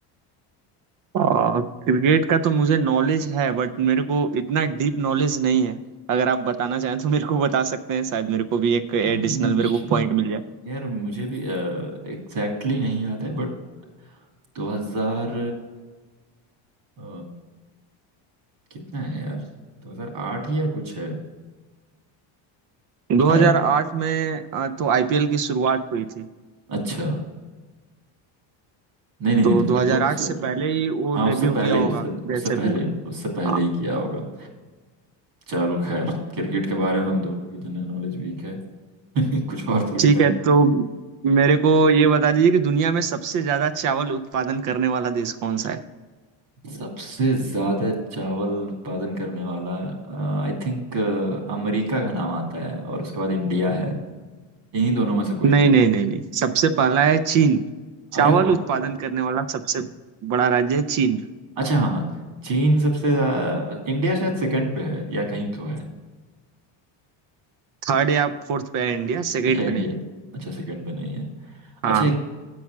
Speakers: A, on the right (about 45°); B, on the right (about 70°).
A: आ, क्रिकेट का तो मुझे नॉलेज है बट मेरे को इतना डीप नॉलेज नहीं है अगर आप बताना चाहें तो मेरे को बता सकते हैं शायद मेरे को भी एक
B: यार,
A: एडिशनल
B: मुझे
A: मेरे को पॉइंट मिल जाए
B: यार मुझे भी एग्जैक्टली exactly नहीं याद है बट 2000 अ, कितना है यार 2008 या कुछ है शायद
A: 2008 में आ, तो आईपीएल की शुरुआत हुई थी
B: अच्छा नहीं नहीं
A: तो
B: नहीं तो फिर
A: 2008
B: तो उस
A: से पहले ही वो
B: हाँ उससे
A: डेब्यू
B: पहले
A: किया होगा
B: ही उससे
A: जैसे
B: उससे
A: भी
B: पहले
A: हो।
B: उससे पहले
A: हाँ
B: ही किया होगा चलो खैर क्रिकेट के बारे में हम दोनों की जनरल नॉलेज वीक है <laughs> कुछ और पूछते
A: ठीक
B: हैं
A: है तो मेरे को ये बता दीजिए कि दुनिया में सबसे ज्यादा चावल उत्पादन करने वाला देश कौन सा है
B: सबसे ज्यादा चावल उत्पादन करने वाला आई थिंक अमेरिका का नाम आता है और उसके बाद इंडिया है इन्हीं दोनों में से कोई
A: नहीं
B: है
A: नहीं नहीं नहीं सबसे
B: ओ,
A: पहला है चीन चावल
B: अरे वाह
A: उत्पादन करने वाला सबसे बड़ा राज्य है चीन
B: अच्छा हाँ चीन सबसे ज्यादा इंडिया शायद सेकंड पे है या कहीं तो है
A: थर्ड या फोर्थ पे है इंडिया सेकंड
B: अच्छा इंडिया
A: पे नहीं है
B: अच्छा सेकंड पे नहीं है
A: हाँ
B: अच्छा